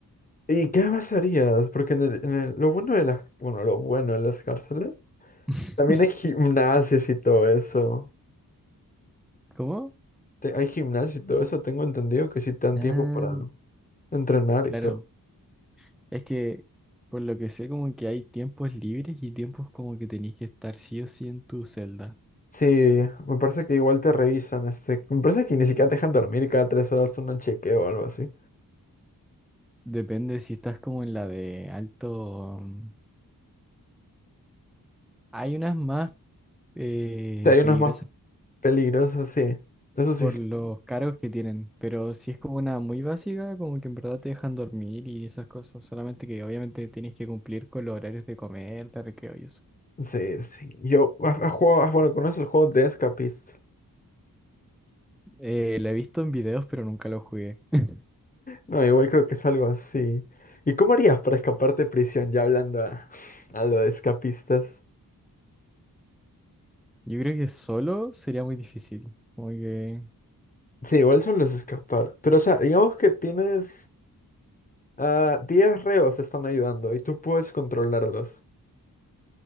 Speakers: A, on the left; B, in the centre.
A: ¿Y qué más harías? Porque en el- en el- lo bueno de las, bueno, lo bueno de las cárceles,
B: <laughs>
A: también hay gimnasios y todo eso.
B: ¿Cómo?
A: te- hay gimnasio y todo eso, tengo entendido que sí te dan
B: Ah,
A: tiempo para entrenar
B: claro.
A: y todo.
B: Es que por lo que sé como que hay tiempos libres y tiempos como que tenés que estar sí o sí en tu celda.
A: Sí, me parece que igual te revisan, este, me parece que ni siquiera te dejan dormir y cada tres horas un chequeo o algo así. O
B: Depende si estás como en la de alto. mm, Hay unas más eh,
A: sea, hay unos
B: peligrosas
A: más peligrosos, sí. Eso sí,
B: por
A: sí,
B: los cargos que tienen, pero si es como una muy básica, como que en verdad te dejan dormir y esas cosas, solamente que obviamente tienes que cumplir con los horarios de comer, de recreo y eso.
A: sí. sí. Yo, ¿has, has jugado- has- bueno, conoces el juego de Escapist? <laughs>
B: Eh, lo he visto en videos, pero nunca lo jugué. <laughs>
A: No, igual creo que es algo así. ¿Y cómo harías para escaparte de prisión? Ya hablando a, a lo de escapistas.
B: Yo creo que solo sería muy difícil, como que...
A: Sí, igual son los escapar. Pero, o sea, digamos que tienes. Ah, 10 reos están ayudando y tú puedes controlarlos.